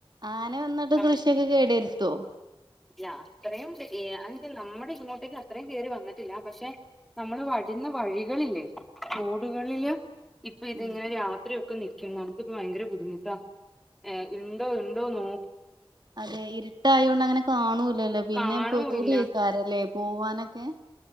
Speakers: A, on the right; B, in the centre.
A: ആനെ വന്നിട്ട്
B: നമ്മ
A: കൃഷിയൊക്കെ കേടിരുത്തുവോ
B: ഇല്ല അത്രയും <unintelligible> നമ്മുടെ ഇങ്ങോട്ടേക്ക് അത്രയും കേറി വന്നിട്ടില്ല പക്ഷെ നമ്മള് വരുന്ന വഴികളില്ലേ റോഡുകളില് ഇപ്പതിങ്ങനെ
A: ഉം
B: രാത്രിയും <unintelligible> നമുക്കിപ്പൊ ഭയങ്കര ബുദ്ധിമുട്ടാ ഇണ്ടോ ഇണ്ടോ നോ
A: അതെ ഇർട്ടായൊണ്ട് അങ്ങനെ കാണൂലല്ലോ പിന്നെ
B: കാണൂല്ല
A: പേടിയ്ക്കാാരല്ലേ പോവാനൊക്കെ ഏ